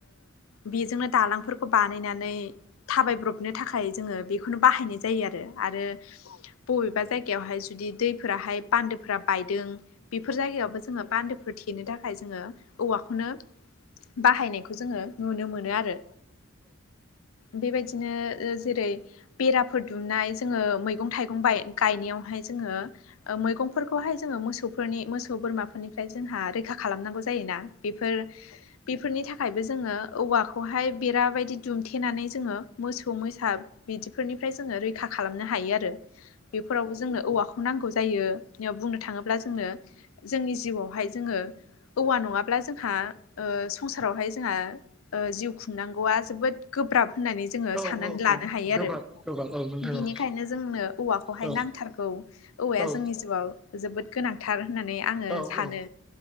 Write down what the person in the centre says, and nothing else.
औ
औ
गोब्राब
गोब्राब औ नोंथां
औ
औ
औ
औ
औ